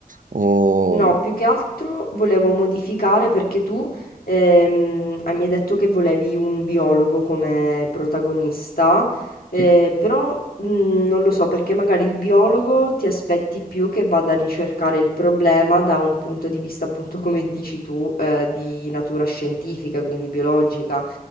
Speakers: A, on the right (about 60°); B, on the left (about 75°).
A: o...
B: No,
A: mm,
B: più che altro volevo modificare perché tu ehm, ah, mi hai detto che volevi un biologo come protagonista, eh,
A: Sì?
B: però mh, non lo so perché magari il biologo ti aspetti più che vada a ricercare il problema da un punto di vista appunto come dici tu eh, di natura scientifica, quindi biologica.